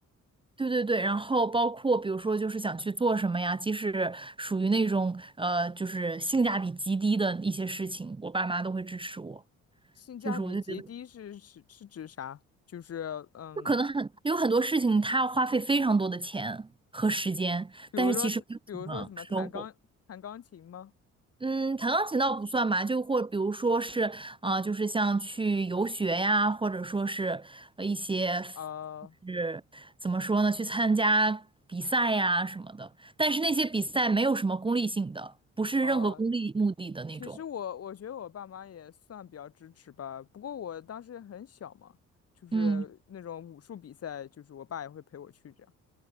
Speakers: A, on the right (about 15°); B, on the left (about 50°).
A: 对对对，然后包括比如说就是想去做什么呀，即使属于那种呃，就是性价比极低的一些事情，我爸妈都会支持我，
B: 性价比极低是是是指啥？
A: 就是我就觉得
B: 就是嗯。
A: 就可能很有很多事情，他要花费非常多的钱和时间，
B: 比如说，
A: 但是其实没有什么收获。
B: 比如说什么弹钢弹钢琴吗？
A: 嗯，弹钢琴倒不算吧，就或比如说是，啊，就是像去游学呀，或者说是呃一些，
B: 啊、
A: 就是怎么说呢，去参加比赛呀什么的。但是那些比赛没有什么功利性的，不是任何功利目的的那种。
B: 啊、其实我我觉得我爸妈也算比较支持吧，不过我当时很小嘛，就是那种武术比赛，
A: 嗯，
B: 就是我爸也会陪我去这样。